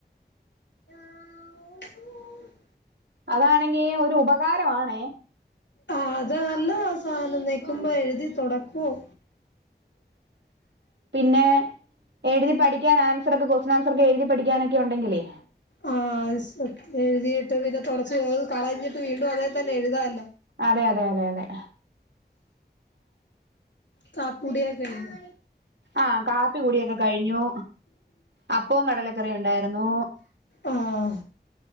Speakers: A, on the left; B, on the right.
A: <inaudible>
B: അതാണെങ്കി ഒരു ഉപകാരവാണേ
A: ആ അത് നല്ലതാ സാധനം നീക്കുമ്പോ എഴുതി തുടക്കും
B: പിന്നെ എഴുതി പഠിക്കാൻ ആൻസർൊക്കെ ക്വസ്റ്റൻ ആൻസർ ഒക്കെ എഴുതി പഠിക്കാനൊക്കെ ഉണ്ടെങ്കിലേ
A: ആ എഴുതിട്ട് പിന്നെ തുടച്ചത് കളഞ്ഞിട്ട് വീണ്ടും അതേ തന്നെ എഴുതാല്ല.
B: അതെ അതെ അതെ അതെ
A: കാപ്പുടി ഓക്കേ കഴിഞ്ഞോ
B: ആ കാപ്പി കൂടിയൊക്കെ കഴിഞ്ഞു. അപ്പവും കടലക്കറിയും ഉണ്ടായിരുന്നു
A: ആഹ്